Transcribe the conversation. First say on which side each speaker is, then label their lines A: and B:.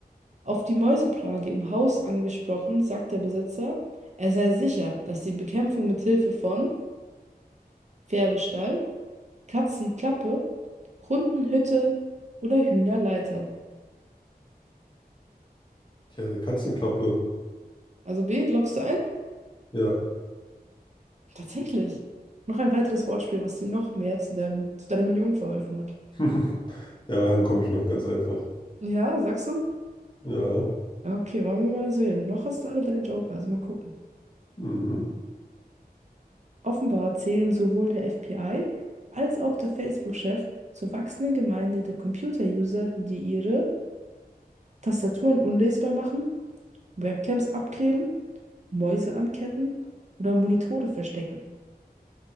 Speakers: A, on the right; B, on the left.
A: Auf die Mäuseplage im Haus angesprochen, sagt der Besitzer, er sei sicher, dass die Bekämpfung mit Hilfe von Pferdestall, Katzenklappe, Hundenhütte oder Hühnerleiter.
B: Tja, eine Katzenklappe.
A: Also B, loggst du ein?
B: Ja.
A: Tatsächlich. Noch ein weiteres Wortspiel, was dir noch mehr zu deinem, zu deiner Million verholfen hat.
B: <laughs> Ja, daran komme ich noch ganz einfach.
A: Ja, sagst du?
B: Ja.
A: Ja, Okay, wollen wir mal sehen. Noch hast du alle deine Joker, also mal gucken.
B: Mhm.
A: Offenbar zählen sowohl der FBI als auch der Facebook-Chef zur wachsenden Gemeinde der Computer-User, die ihre Tastaturen unlesbar machen, Webcams abkleben, Mäuse anketten oder Monitore verstecken.